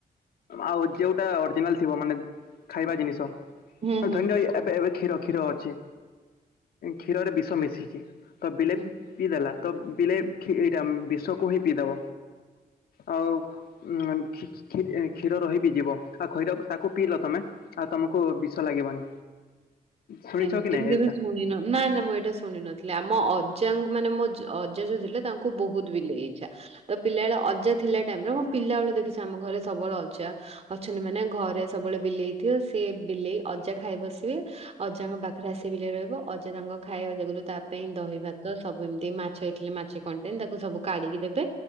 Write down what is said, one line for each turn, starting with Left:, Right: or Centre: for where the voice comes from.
Left: ଆଉ ଯେଉଟା ଅରିଜିନାଲ୍ ଥିବ ମାନେ ଖାଇବା ଜିନିଷ।
Right: ହୁଁ ହୁଁ ହୁଁ
Left: ଧରିନିଅ ଏବେ ଏବେ କ୍ଷୀର କ୍ଷୀର ଅଛି କ୍ଷୀରରେ ବିଷ ମିଶିଛି। ତ ବିଲେଇ
Right: ହୁଁ
Left: ପିଇଦଲା ତ ବିଲେଇ
Right: ହୁଁ
Left: ଏଇଟା ବିଷକୁ ହିଁ ପିଇଦବ। ଆଉ ଆଉ କ୍ଷୀର ରହି ବି ଯିବ ଆଉ କ୍ଷୀର ତାକୁ ପିଇଲ ତମେ ଆଉ ତମ କୁ ବିଷ ଲାଗିବନି। ଶୁଣିଛ
Right: ଏମିତି
Left: କି ନାଇଁ
Right: ମୁଁ କେବେ
Left: ଏଟା
Right: ଶୁଣିନ ନାଁ ନାଁ ମୁଁ ଏଇଟା ଶୁଣ ନଥିଲି ଆମ ଅଜା ମାନେ ମୋ ଅଜା ଯୋଉ ଥିଲେ ତାଙ୍କୁ ବହୁତ୍ ବିଲେଇ ଇଛା। ତ ପିଲା ବଳଳେ ଅଜା ଥିଲା ଟାଇମ୍ ରେ ମୁଁ ପିଲା ବେଳୁ ଦେଖିଛି ଆମ ଘରେ ସବୁବେଳେ ଅଜା ଅଛନ୍ତି ମାନେ ଘରେ ସବୁବେଳେ ବିଲେଇଥିବ ସେ ବିଲେଇ ଅଜା ଖାଇ ବସିବେ। ଅଜାଙ୍କ ପାଖରେ ଆସି ବିଲେଇ ରହିବ ଅଜା ତାଙ୍କ ଖାଇବା ଯାଗୁରୁ ତା ପାଇଁ ଦହି ଭାତ ସବୁ ଏମିତି ମାଛ ଏଇ ମା <unintelligible> ତାକୁ ସବୁ କାଢି଼କି ଦେବେ